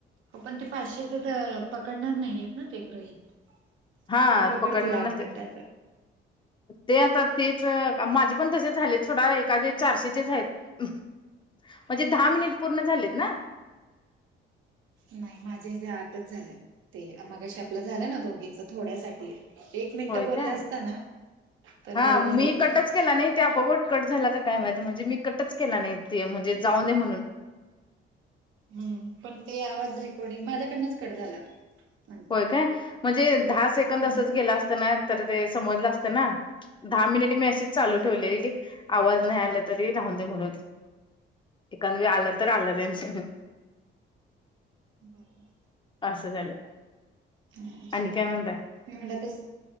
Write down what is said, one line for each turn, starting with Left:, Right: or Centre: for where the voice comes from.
Right: हो पण ते पाचशे तर पकडणार नाहीयेत ना ते गृहित.
Left: हा
Right: का पकडतील
Left: पकडणार
Right: आठ
Left: नसते
Right: मिनिटाच
Left: ते आता तेच अ माझे पण तसे झाले सोडा एखादे चारशेचेच आहेत म्हणजे दहा मिनिट पूर्ण झालेत ना.
Right: नाही माझे जे आठच झाले ते मगशी आपलं झालं ना दोघींच थोड्यासाठी एक मिनिट
Left: होय
Right: बोलला
Left: काय
Right: असता ना तर
Left: हा
Right: बरोबर
Left: मी
Right: होत होत
Left: कटच केला नाही ते आपोआप कट झाला काय माह म्हणजे मीप कटच केला नाही ते म्हणजे जाऊ ने म्हणून
Right: हम् पण ते आवाज रेकॉर्डिंग माझ्याकडनच कट झाला तो नंतर
Left: होय काय म्हणजे दहा सेकंद
Right: हम्म
Left: असंच गेला असत ना तर ते समजलं असतं ना दहा मिनिट मी असे चालू
Right: बरोबर.
Left: ठेवलेली आवाज नाही आला चा तरी राहून दे म्हणून एकादं वेळी आलं तर आलं रेज
Right: बरोबर
Left: असं झालं
Right: हज
Left: आणि काय म्हणताय
Right: <inaudible> मी म्हणलं तस